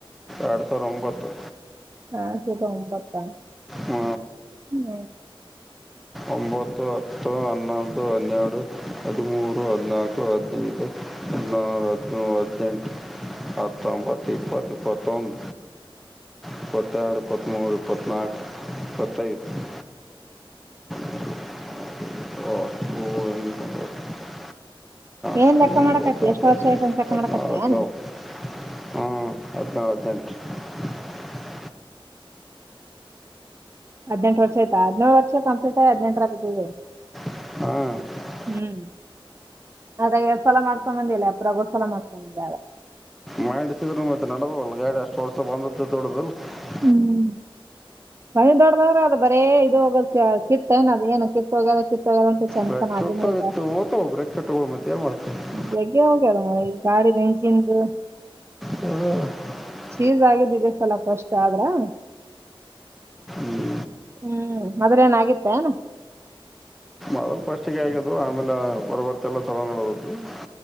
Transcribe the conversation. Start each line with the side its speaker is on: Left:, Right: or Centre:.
Centre: ಎರಡು ಸಾವಿರ ಒಂಬತ್ತು
Right: ಹಾ ಸಪ ಒಂಬತ್ತ
Centre: ಹ್ಮ
Right: ಹ್ಮ್
Centre: ಒಂಬತ್ತು ಹತ್ತು ಹನ್ನೊಂದು ಹನ್ನೆಡು ಹದಿಮೂರು ಹದಿನಾಲ್ಕು ಹದಿನೈದು ಹದನಾರ ಹದಿನೇಳು ಹದಿನೆಂಟು ಹತ್ತೊಂಬತ್ತು ಇಪ್ಪತ್ತು ಇಪತ್ತೊಂದು ಇಪ್ಪತ್ಯಾಡು ಇಪ್ಪತಮೂರು ಇಪ್ಪತಮೂರು ಇಪ್ಪತ್ನಾಕ್ ಇಪ್ಪತೈದ <unintelligible> ಹ <unintelligible> ಹದಿಮೂರು
Right: ಏನ್ ಲೆಕ್ಕ ಮಾಡಕತ್ತಿ ಎಷ್ಟ್
Centre: ಹದಿನಾಲ್ಕು
Right: ವರ್ಷ ಆಯ್ತ ಅಂತ ಲೆಕ್ಕ ಮಾಡಕತ್ತಿ
Centre: ಹದಿನೈದು
Right: ಏನ್
Centre: ಹದನಾರ ಹದಿನೇಳು <inaudible>
Right: ಹದಿನೆಂಟು ವರ್ಷ ಆಯ್ತ ಹದಿನೇಳು ವರ್ಷ ಕಂಪ್ಲೀಟ ಆ ಹದಿನೆಂಟು ರಾಗಬಿದ್ದೈತ್ <unintelligible>
Centre: ಹ್ಮ <unintelligible>
Right: ಹ್ಮ್ ಅದಾಗ ಎ ಸಲ ಮಾಡ್ಸೊಂಬಂದಿಲ್ಲ ಅಪರಗೋಸಲ ಮಾಡ್ತೊಂಬಂದಿ ಅದ <unintelligible>
Centre: ಮಾಡಿಸಿದ್ರ ನಡಬವಲ್ ಗಾಡಿ ಅಷ್ಟು ಹೊರ್ಸ ಬಂದದ ದೊಡುದಲ್ <unintelligible>
Right: ಹ್ಮ್ ಮನಿ ದೊಡ್ಡದವ್ರೆ ಅದು ಬರೇ ಇದು ಹೋಗದಕ್ಕೆ ಕಿತ್ತನ ಅದು ಏನು ಕಿತ್ತ ಹೋಗದ ಕಿತ್ತ <unintelligible> ತೆಗಿವಂತ್ ಚೆಂಜಿತನ್
Centre: ಬ್ರೇಕ್ ಕಿಟ್ಟೋಗಿತ್ತು
Right: ಅದನೇ ಈಗ
Centre: ಓತಾವ ಬ್ರೇಕ್ ಕಿಟ್ಟುಗಳು ಮತ್ತೆ ಏನು ಮಾಡ್ತೀವಿ
Right: ಬೆಳಗ್ಗೆ ಹೋಗರಾ <unintelligible> ಗಾಡಿದ ಇಂಜಿನದ <unintelligible>
Centre: ಹ್ಮ್ <unintelligible>
Right: ಸೀಸ್ ಆಗಿಧೀ ಧೆ ಸಲ ಫಸ್ಟ್ ಆದ್ರ <unintelligible>
Centre: ಹ್ಞೂ
Right: ಹ್ಮ್ ಮೊದಲೇನಾಗುತ್ತೆ <unintelligible>
Centre: ಅಲ್ಲಿ ಫಸ್ಟ್ಿಗೆ ಆಗದು ಆಮೇಲೆ ಬರಬರ್ತೆಲ್ಲ ಚಲೋ ನಡದ್ವಿ <unintelligible>